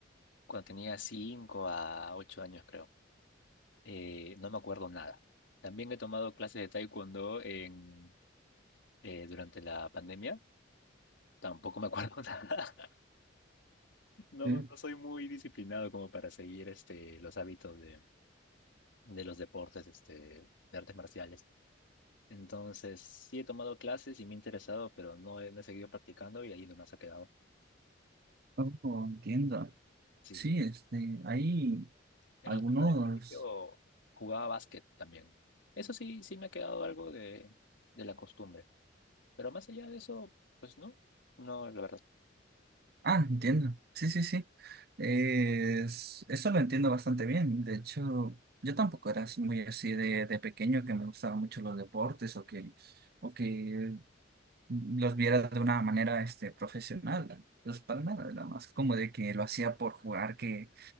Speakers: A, on the left; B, on the right.
A: cuando tenía 5 a 8 años, creo. Eh, no me acuerdo nada. También he tomado clases de taekwondo en, eh, durante la pandemia. Tampoco me acuerdo <laughs> nada. No,
B: Sí.
A: no soy muy disciplinado como para seguir este, los hábitos de, de los deportes, este, de artes marciales. Entonces, sí he tomado clases y me he interesado, pero no he, no he seguido practicando y ahí nomás ha quedado.
B: Oh, entiendo.
A: sí
B: Sí, este, hay
A: En
B: algunos.
A: la etapa del colegio jugaba básquet también. Eso sí, sí me ha quedado algo de, de la costumbre. Pero más allá de eso, pues no, no, la verdad.
B: Ah, entiendo. Sí, sí, sí. Es- eso lo entiendo bastante bien. De hecho, yo tampoco era así muy así de, de pequeño que me gustaban mucho los deportes o que, o que los viera de una manera este, profesional. Pues para nada, era más como de que lo hacía por jugar que,